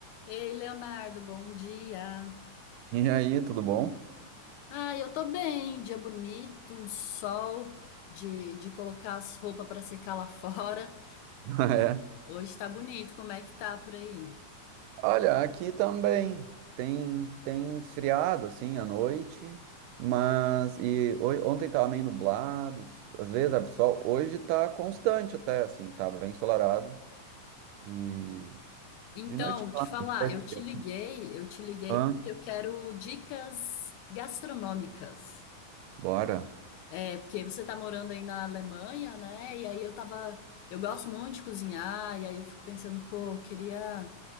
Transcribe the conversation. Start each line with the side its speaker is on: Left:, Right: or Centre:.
Left: Ei, Leonardo, bom dia.
Right: E aí, tudo bom?
Left: Ah, eu tô bem, dia bonito, um sol de, de colocar as roupas pra secar lá <laughs> fora.
Right: <laughs>
Left: Hoje tá bonito, como é que tá por aí?
Right: É. Olha, aqui também tem tem esfriado assim à noite, mas e ho- ontem estava meio nublado, às vezes abre sol, hoje está constante até assim, tá bem ensolarado e
Left: Então,
Right: de noite
Left: te
Right: claro,
Left: falar,
Right: vai
Left: eu te
Right: ser.
Left: liguei, eu te liguei
Right: Hã?
Left: porque eu quero dicas gastronômicas.
Right: Bora.
Left: É, porque você tá morando aí na Alemanha, né? E aí eu tava. Eu gosto muito de cozinhar, e aí eu fico pensando, pô, eu queria